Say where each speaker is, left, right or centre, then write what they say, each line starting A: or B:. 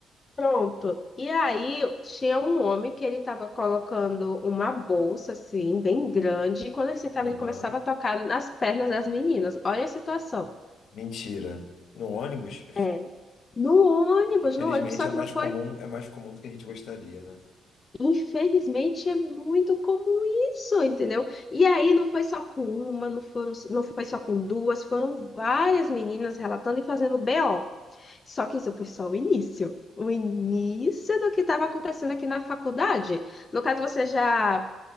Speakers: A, on the left; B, on the left.
A: pronto. E aí tinha um homem que ele estava colocando uma bolsa, assim, bem grande. E quando ele sentava,
B: Aham.
A: ele começava a tocar nas pernas das meninas. Olha a situação.
B: Mentira. No ônibus,
A: É. No ônibus,
B: infelizmente,
A: no ônibus, só
B: é
A: que
B: mais
A: não foi
B: comum, é mais comum do que a gente gostaria, né?
A: Infelizmente é muito comum isso, entendeu? E aí não foi só com uma, não foram, não foi só com duas, foram várias meninas relatando e fazendo BO. Só que isso foi só o início. O início do que estava acontecendo aqui na faculdade. No caso, você já